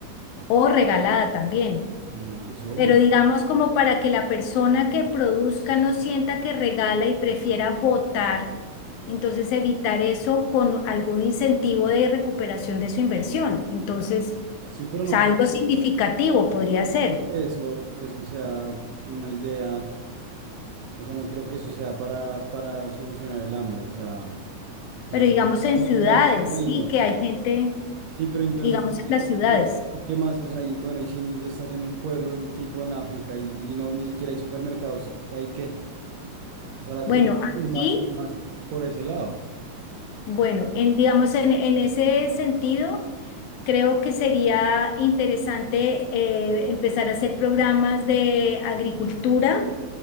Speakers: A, on the left; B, on the right.
A: o regalada también.
B: No, pues obvio.
A: Pero
B: ¿no?
A: digamos como para que la persona que produzca no sienta que regala y prefiera votar, entonces evitar eso con algún incentivo de recuperación de su inversión. Entonces,
B: Sí, pero no
A: o sea,
B: creo,
A: algo significativo podría ser,
B: no creo que eso, eso sea una idea. O sea, no creo que eso sea para, para solucionar el hambre. O sea, eso
A: pero
B: sí,
A: digamos
B: es
A: en
B: una
A: ciudades,
B: idea capitalismo.
A: sí, que hay gente,
B: Sí, pero entonces,
A: digamos en
B: ¿y,
A: las ciudades.
B: y- y qué más? O sea, y bueno, y si estás en un pueblo eh, tipo en África y, y no ni siquiera hay supermercados, ¿hay qué? O sea, las
A: Bueno,
B: preguntas ma-
A: aquí,
B: más, por ese lado.
A: bueno, en, digamos en, en ese sentido, creo que sería interesante eh, empezar a hacer programas de agricultura